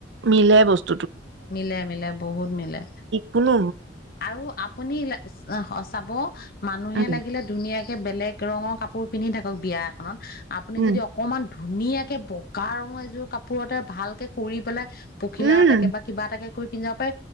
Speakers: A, on the right; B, on the left.
A: মিলে বস্তু
B: মিলে মিলে বহুত মিলে।
A: কুল
B: আৰু আপুনি চাব মানুহে
A: উম
B: লাগিলে ধুনীয়াক কে বেলেগ ৰঙৰ কাপোৰ পিন্ধি থাকক বিয়া এখনত আপুনি
A: উম
B: যদি অকমান ধুনীয়া একে বগা ৰঙ এযোৰ কাপোৰতে ভালকে কৰি পেলাই পখিলা
A: উম
B: এটাকে বা কিবা এটাকে কৰি পিনি যাব পাৰ,